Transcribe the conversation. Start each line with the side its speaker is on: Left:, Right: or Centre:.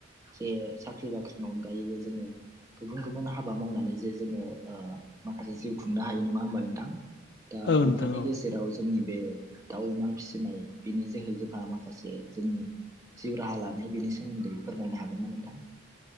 Right: जे साख्रि बाख्रिनि अनगायैबो जोङो गुबुन गुबुन हाबा मावनानै जे जोङो ओ माखासे जिउ खुंनो हायो नङा होमबा नोंथां दा
Left: औ
Right: बेफोरनि
Left: नोंथां औ
Right: गेजेराव जोंनि बे दाउ अमा फिसिनाय बिनि जोहै जोंहा माखासे जोंनि जिउ राहा लानाय बेनि सोमोन्दै फोरमायनो हागोन ना नोंथां